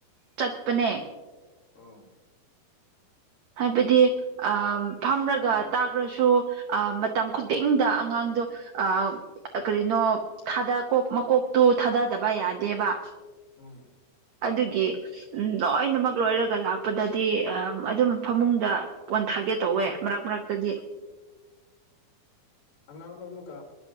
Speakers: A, on the right; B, on the left.
A: ꯆꯠꯄꯅꯦ
B: ꯑꯣ
A: ꯍꯥꯏꯕꯗꯤ ꯑꯥ ꯐꯝꯔꯒ ꯇꯥꯛꯔꯁꯨ ꯑ ꯃꯇꯝ ꯈꯨꯗꯤꯡꯗ ꯑꯉꯥꯡꯗꯣ ꯑ ꯀꯔꯤꯅꯣ ꯊꯥꯗ ꯀꯣꯛ ꯃꯀꯣꯛꯇꯨ ꯊꯥꯗꯗꯕ ꯌꯥꯗꯦꯕ
B: ꯎꯝ
A: ꯑꯗꯨꯒꯤ ꯂꯣꯏꯅꯃꯛ ꯂꯣꯏꯔꯒ ꯂꯥꯛꯄꯗꯗꯤ ꯑꯝ ꯑꯗꯨꯝ ꯐꯃꯨꯡꯗ ꯄꯣꯟ ꯊꯥꯒꯦ ꯇꯧꯋꯦ ꯃꯔꯛ ꯃꯔꯛꯇꯗꯤ
B: ꯑꯉꯥꯡꯕ ꯑꯃꯨꯛꯀ